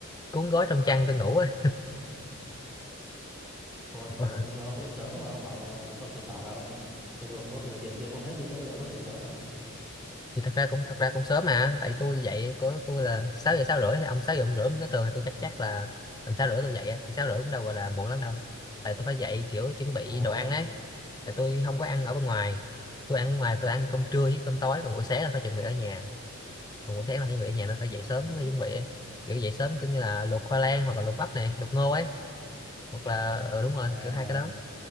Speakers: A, on the left; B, in the centre.
A: cuốn gói trong chăn tôi ngủ á
B: ủa thế
A: <laughs>
B: tối ông bình thường ông dậy sớm lắm mà ông bảo là tự- ông từng bảo là ông cho dù ông có nhiều tiền tiêu không hết đi nữa thì ông vẫn dậy sớm mà
A: thì thật ra cũng thật ra cũng sớm mà tại tôi dậy của tôi là 6 giờ sáu rưỡi thì ông 6 giờ ông rưỡi mới tới trường thì tôi cách chắc là tầm 6 rưỡi tôi dậy á. thì 6 rưỡi cũng đâu gọi là muộn lắm đâu tại tôi phải dậy kiểu chuẩn bị
B: ồ
A: đồ ăn ấy tại tôi không có ăn ở bên ngoài tôi ăn ở ngoài tôi ăn cơm trưa với cơm tối còn buổi sáng là phải chuẩn bị ở nhà còn buổi sáng là phải chuẩn bị ở nhà nên phải dậy
B: ờ
A: sớm mới chuẩn bị ấy. kiểu dậy sớm cứ như là luộc khoai lang hoặc là luộc bắp này luộc ngô ấy hoặc là ừ đúng rồi
B: à
A: kiểu hai cái đó